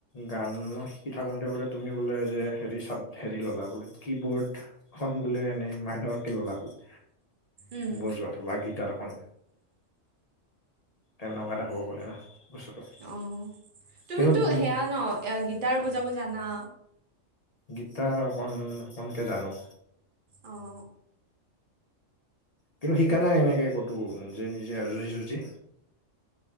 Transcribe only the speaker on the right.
উম
অঁ তুমিতো
সেয়া ন এ গীটাৰ বজাব জানা?
অঁ।